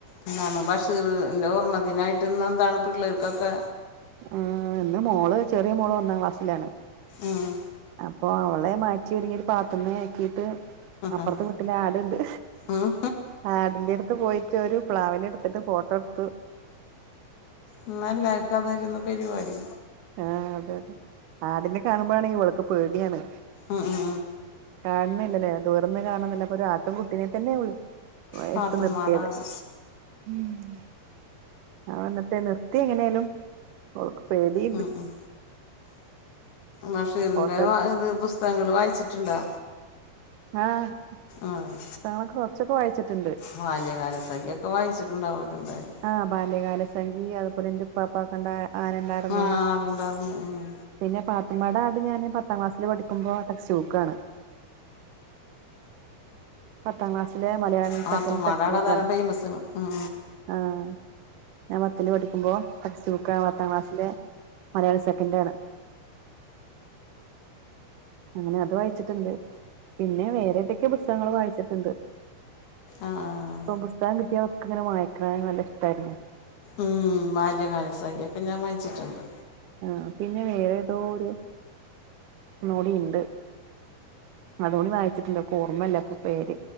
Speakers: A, on the left; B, on the right.
A: എന്താണ് ബഷീറിന്റെ ഓർമ്മ ദിനായിട്ട് ഇന്ന് എന്താണ് പിള്ളേർക്കൊക്കെ
B: ആഹ് എന്റെ മോള് ചെറിയ മോള് ഒന്നാം ക്ലാസ്സിലാണ്.
A: ആഹ്
B: അപ്പൊ അവളെ മാറ്റി ഒരുങ്ങി പാത്തുമ്മ ആക്കീട്ട് അപ്പുറത്തെ
A: ഉം
B: വീട്ടില് ആടുണ്ട്.
A: ഉം
B: ആടിന്റെ അടുത്ത് പോയിട്ട് ഒരു പ്ലാവില എടുത്തിട്ട് ഫോട്ടോ എടുത്തു.
A: ഇന്ന് എല്ലർക്കും അത് ആരുന്ന് പരിപാടി.
B: ആഹ് അതെ അതെ ആടിനെ കാണുമ്പോ ആണെങ്കിൽ ഇവൾക്ക് പേടിയാണ്.
A: ആഹ് ആഹ്
B: കാണുന്നില്ലല്ലേ ദൂരന്ന് കാണുന്നില്ല അപ്പ ഒരു ആട്ടും കുട്ടിനെ തന്നെള്ളൂ ഓഹ്
A: പാത്തുമ്മാടെ
B: എടുത്ത് നിർത്തിയത്
A: ആട്
B: മ്ഹ് ആഹ് എന്നിട്ട് നിർത്തിയ എങ്ങനെലും ഓൾക്ക് പേടി,
A: മ്ഹ് മ്ഹ് ബഷീറിന്റെ
B: ഫോട്ടോ എടുത്ത്
A: വാ ഇത് പുസ്തകങ്ങള് വായിച്ചിട്ടുണ്ടോ?
B: ആഹ്
A: ആഹ്
B: പുസ്തകങ്ങളൊക്കെ കുറച്ചോക്കെ വായിച്ചിട്ടുണ്ട്.
A: ബാല്യകാലസഖിയോക്കെ വായിച്ചിട്ടുണ്ടാവുല്ലോ എന്തായാലും?
B: ആഹ് ബാല്യകാലസഖി അതുപോലെ എന്റെ ഉപ്പാപ്പക്കൊണ്ട ആന ഉണ്ടാരുന്നു.
A: ആഹ് ആടുണ്ടായിരുന്നു ഉം
B: പിന്നെ പാത്തുമ്മടെ ആട് ഞാൻ പത്താം ക്ലാസിൽ പഠിക്കുമ്പോ ടെസ്റ്റ് ബുക്കാണ്. പത്താം ക്ലാസ്സിലേ മലയാളം,
A: പത്തുമ്മാടാടാണ്
B: സെക്കൻഡ് ടെക്സ്റ്റ് ബുക്കാണ്
A: അതാര് ഫേമസണ് ഉം
B: ആഹ് ഞാൻ പത്തിൽ പഠിക്കുമ്പോ ടെക്സ്റ്റ് ബുക്കാ പത്താം ക്ലാസ്സിലെ മലയാളം സെക്കന്റാണ്. അങ്ങനെ അത് വായിച്ചിട്ടുണ്ട് പിന്നെ വേറെ ഏതൊക്കെ പുസ്തകങ്ങൾ വായിച്ചിട്ടുണ്ട്.
A: ആഹ്
B: ഇപ്പം പുസ്തകം കിട്ടിയൊക്കെ ഇങ്ങന വായിക്കണ നല്ല ഇഷ്ട്ടായിരുന്നു
A: ഉം ബാല്യകാലസഖിയൊക്കെ ഞാൻ വായിച്ചിട്ടുണ്ട്.
B: ആഹ് പിന്നെ വേറെ ഏതോ ഒരു ഒന്നൂടിയുണ്ട്. അതുടി വായിച്ചിട്ടുണ്ട് ഇപ്പൊ ഓർമയില്ല ഇപ്പൊ പേര്.